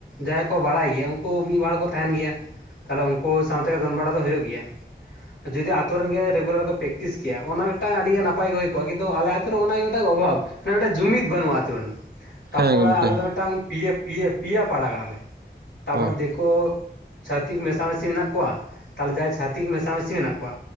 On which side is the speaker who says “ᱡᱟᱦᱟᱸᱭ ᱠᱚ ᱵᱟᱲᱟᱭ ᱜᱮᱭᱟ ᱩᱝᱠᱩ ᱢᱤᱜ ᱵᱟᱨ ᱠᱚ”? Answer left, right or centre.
Left